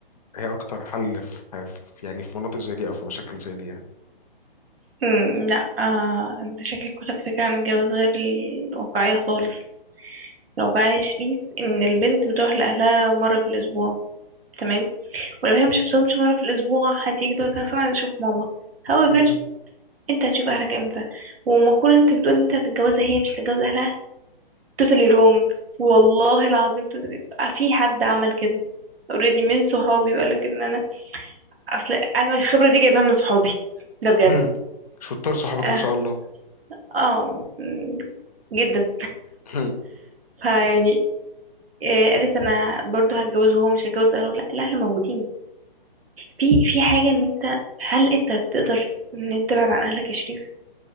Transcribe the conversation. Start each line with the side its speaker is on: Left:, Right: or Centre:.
Left: هي اكتر حل في في- يعني في مناطق زي دي او في مشاكل زي دي يعني
Right: مم. لا آه. انت شكلك واخد فكرة عن الجواز غير الواقعية خالص الواقعية يا شريف ان البنت بتروح لأهلها مرة في الأسبوع تمام ولو هي مش شفتهمش مرة في الأسبوع هتيجي تقول لك أنا أصلاً عايزة أشوف ماما however
Left: مم.
Right: انت هتشوف أهلك امتى ومقولة انت بتقول انت هتتجوزها هي مش هتتجوز أهلها totally wrong والله العظيم totally. في حد عمل كده اوريدي من صحابي وقالك ان اصل انا الخبره دي جايبها من صحابي ده بجد
Left: هم. شطار صحابك
Right: اه
Left: ما شاء الله
Right: آه، مم، جدا
Left: هم.
Right: فيعني آه، قالت انا برضو هتجوزه هو مش هتجوز اهله لا الاهل موجودين في في حاجه ان انت هل انت تقدر ان انت تبعد عن اهلك يا شريف